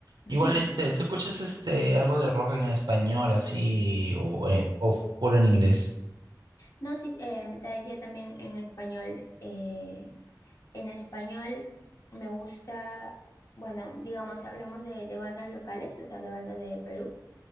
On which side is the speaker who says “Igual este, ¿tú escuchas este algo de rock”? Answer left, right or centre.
Right